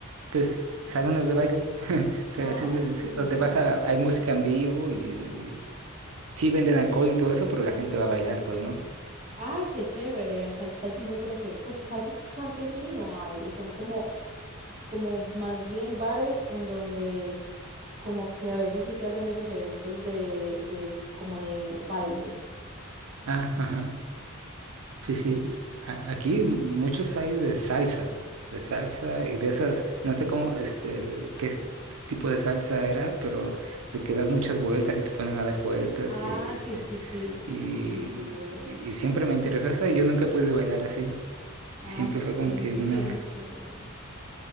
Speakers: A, on the right; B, on the right.
A: pues, salones de baile <laughs> sea,
B: Ah,
A: así se les dice,
B: qué chévere.
A: donde vas a, hay música en vivo y sí venden alcohol y todo eso, pero la gente va a bailar, pues, ¿no?
B: Ay, qué chévere. Acá casi yo creo que, pues casi, casi así no hay. Son como como más bien bares en donde como que a veces sí te hacen esos eventos de, de como de baile.
A: Ah, ajá. Sí, sí.
B: Mm.
A: A- aquí muchos hay de salsa, de salsa y de esas, no sé cómo, este, qué es- tipo de salsa era, pero te que das muchas vueltas y te ponen a dar vueltas
B: Ah,
A: y este,
B: sí, sí, sí,
A: y,
B: sí, sí, lo...
A: y siempre me interesó esa y yo nunca he podido bailar así.
B: Ah,
A: Y siempre
B: qu-
A: fue
B: sí,
A: como que una,
B: sería muy chévere.